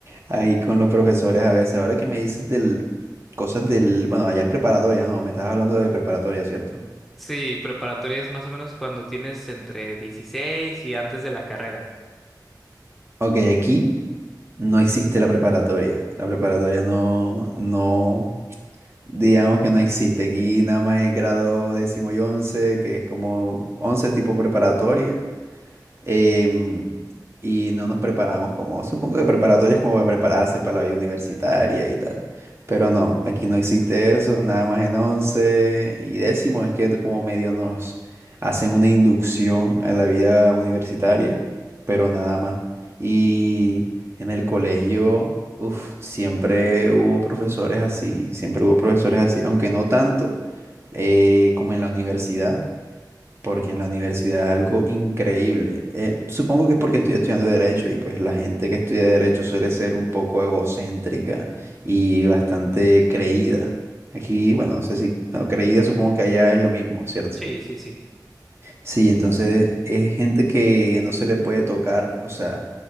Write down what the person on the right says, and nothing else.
ahí con los profesores a veces. Ahora que me dices del, cosas del, bueno, allá es preparatoria, ¿no? Me estabas hablando de preparatoria, ¿cierto?
Ok, aquí no existe la preparatoria. La preparatoria no, no, digamos que no existe. Aquí nada más es grado décimo y once, que es como once tipo preparatoria. em, y no nos preparamos como, supongo que preparatoria es como para prepararse para la vida universitaria y tal. Pero no, aquí no existe eso, nada más en once y décimo es que como medio nos hacen una inducción a la vida universitaria, pero nada más. Y en el colegio, uf, siempre hubo profesores así, siempre hubo profesores así, aunque no tanto eh, como en la universidad porque en la universidad es algo increíble. Eh, supongo que es porque estoy estudiando derecho y pues la gente que estudia derecho suele ser un poco egocéntrica y bastante creída. Aquí, bueno, no sé si, bueno, creída supongo que allá es lo mismo, ¿cierto?
Sí, entonces es gente que no se le puede tocar, o sea,